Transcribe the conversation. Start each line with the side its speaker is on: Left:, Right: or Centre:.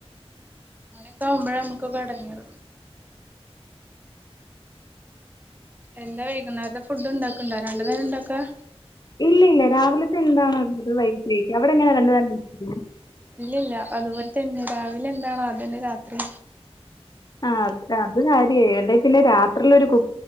Right: അങ്ങനൊക്കെ ആവുമ്പോഴ നമ്മുകൊക്കെ ഇടങ്ങേര് എന്താ വൈകുന്നരുത്തെ ഫുഡ് ഇണ്ടാക്ണ്ടോ രണ്ട്നേരം ഇണ്ടാക്കാ
Left: ഇല്ല ഇല്ല രാവിലത്തെ എന്താണത് വൈകിട്ടത്തെക്ക് അവിടെ എങ്ങനെ രണ്ടുനേരം <unintelligible>
Right: ഇല്ലല്ല അതുപോലെ തന്നെ രാവിലെ എന്താണ അതെന്നെ രാത്രി
Left: ആ അത് കാര്യയായ് എല്ലെങ്കിൽ പിന്നെ രാത്രിയിലൊരു കു